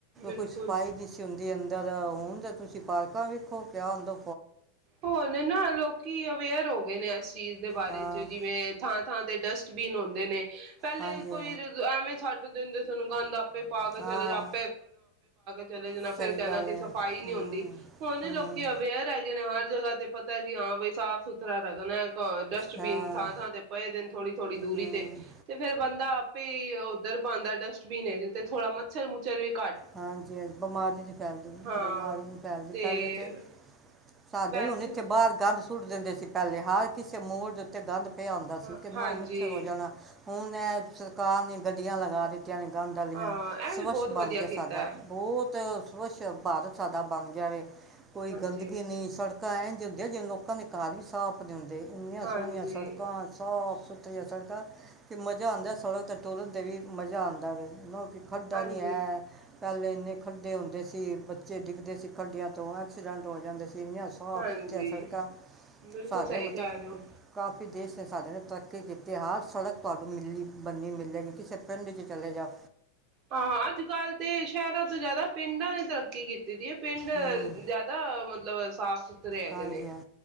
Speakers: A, on the right; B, on the right.
A: ਬਿਲਕੁਲ
B: ਕੋਈ ਸਪਾਈ ਨਹੀਂ ਹੁੰਦੀ ਅੰਦਰ ਧਰ ਹੁਣ ਤਾਂ ਤੁਸੀਂ ਪਾਰਕਾਂ ਵੇਖੋ ਕਿਆ ਹੁੰਦਾ
A: ਹੋਨ ਨਾ ਲੋਕ ਕੀ ਅਵੇਅਰ ਹੋ ਗਏ ਨੇ ਅ ਚੀਜ਼ ਦੇ ਬਾਰੇ
B: ਹਾਂ
A: ਚ ਜਿਵੇਂ ਥਾਂ ਤੇ ਡਸਟਬੀਨ ਹੁੰਦੇ ਨੇ ਪਹਿਲੇ
B: ਹਾਂਜੀ
A: ਕੋਈ ਰ ਐਵੇਂ ਦਿੰਦੇ ਸਾਨੂੰ ਗੰਦ ਆਪ ਪਾ ਕੇ
B: ਹਾਂ
A: ਚਲੇ ਜਾ ਆਪ <inaudible> ਚਲੇ ਜਾਣਾ
B: ਸਹੀ
A: ਫੇਿਰ ਕਹਿਣਾ
B: ਗੱਲ
A: ਕਿ
B: ਹੈ
A: ਸਫ਼ਾਈ ਨਹੀਂ
B: ਹੂੰ
A: ਹੁੰਦੀ ਹੁਣ
B: ਹੂੰ
A: ਲੋਕੀ ਅਵੇਅਰ ਹੈਗੇ ਨੇ ਹਰ ਜਗ੍ਹਾ ਤੇ ਪਤਾ ਹੈ ਜੀ ਹਾਂ ਬ ਸਾਫ਼ ਸੁਥਰਾ ਰੱਖਣਾ ਅਹ ਡਸਟਬੀਨ
B: ਹਾਂ
A: ਥਾਂ ਥਾਂ ਤੇ ਪਏ ਦਿ ਨੇ ਥੋੜੀ ਥੋੜ੍ਹੀ ਦੂਰੀ
B: ਹੂੰ
A: ਤੇ ਤੇ ਫੇਿਰ ਬੰਦਾ ਉੱਧਰ ਪਾਉਂਦਾ ਡਸਟਬਿਨ ਹੈ ਜ ਤੇ ਥੋੜਾ ਮੱਛਰ ਮੁੱਛਰ ਵਿੱਚ
B: ਹਾਂਜੀ ਹਾਂਜੀ ਬਿਮਾਰੀ ਨਹੀਂ ਫੈਲਦੀ
A: ਹਾਂ
B: ਬਿਮਾਰੀ ਨਹੀਂ ਫੈਲਦੀ
A: ਤੇ
B: ਪਹਿਲੇ ਤਾਂ ਸਾਡੇ
A: ਵੈਸੇ
B: ਹੁਣ ਇੱਥੇ ਬਾਹਰ ਗੰਦ ਸੁੱਟ ਦਿੰਦੇ ਸੀ ਪਹਿਲੇ ਹਰ ਕਿਸੇ ਮੋੜ ਦੇ ਉੱਤੇ ਗੰਦ ਆਉਂਦਾ
A: ਹਾਂ
B: ਸੀ ਕਿੰਨਾ
A: ਹਾਂਜੀ
B: ਮੁਛਿਲ ਹੋ ਜਾਣਾ ਹੁਣ ਸਰਕਾਰ ਨੇ ਗੱਡੀਆਂ ਲਗਾ ਦਿੱਤੀ ਗਾਂ ਡਾਲੀਆਂ
A: ਹਾਂ ਇਹ ਵੀ
B: ਸਵੱਛ
A: ਬਹੁਤ
B: ਬਣ
A: ਵਧੀਆ
B: ਜਾਂ
A: ਕੀਤਾ
B: ਸਾਡਾ
A: ਹੈ
B: ਬਹੁਤ ਸਵੱਛ ਭਾਰਤ ਸਾਡਾ ਭਾਰਤ ਬਣ ਗਿਆ ਵੈ। ਕੋਈ
A: ਹਾਂਜੀ
B: ਗੰਦਗੀ ਨਹੀਂ ਸੜਕਾਂ ਐਂਜ ਹੁੰਦੀਆਂ <unintelligible> ਘਰ ਹੀ ਸਾਫ਼ ਨੀ ਹੁੰਦੇ। ਇੰਨੀਆਂ
A: ਹਾਂਜੀ
B: ਸੋਹਣੀਆਂ ਸੜਕਾਂ ਸ ਜਾਂ ਸੜਕਾਂ ਤੇ ਮਜ਼ਾ ਆਂਦਾ ਸੜਕ ਤੇ ਤੁਰਨ ਤੇ ਵੀ ਮਜ਼ਾ ਆਂਦਾ ਵੈ। ਕੋਈ ਖੱਡਾ
A: ਹਾਂਜੀ
B: ਨਹੀਂ ਹੈ। ਪਹਿਲੇ ਇੰਨੇ ਖੱਡੇ ਹੁੰਦੇ ਸੀ ਬੱਚੇ ਡਿੱਗਦੇ ਸੀ ਖੱਡਿਆਂ ਤੋਂ ਐਕਸੀਡੈਂਟ ਹੋ ਜਾਂਦੇ ਸੀ। ਇੰਨੀਆਂ ਸਾਫ਼
A: ਹਾਂਜੀ
B: ਸੁਥਰੀਆਂ ਸੜਕਾਂ
A: ਬਿਲਕੁਲ
B: ਸਾਡੇ
A: ਸਹੀ
B: ਮਤਲਬ
A: ਕਹਿ ਰਹੇ ਹੋ
B: ਕਾਫ ਵੀ ਦੇਸ਼ ਨੇ ਸਾਡੇ ਨੇ ਤਰੱਕੀ ਕੀਤੀ ਹਰ ਸੜਕ ਤੁਹਾਨੂੰ ਮਿਲੀ ਬਣੇਗੀ ਕਿਸੇ ਪਿੰਡ ਚ ਚਲੇ ਜਾਓ।
A: ਹਾਂ, ਅੱਜ ਕੱਲ੍ਹ ਤੇ। ਸ਼ਹਿਰਾਂ ਤੋਂ ਜ਼ਿਆਦਾ ਪਿੰਡਾਂ ਨੇ ਤਰੱਕੀ ਕੀਤੀ। ਦੀ ਹੈ ਪਿੰਡ
B: ਹੂੰ
A: ਜਿਆਦਾ ਮਤਲਬ ਸਾਫ਼ ਸੁਥ ਤੁਰੇ ਹੈਗੇ
B: ਹਾਂਜੀ
A: ਨੇ
B: ਹਾਂ,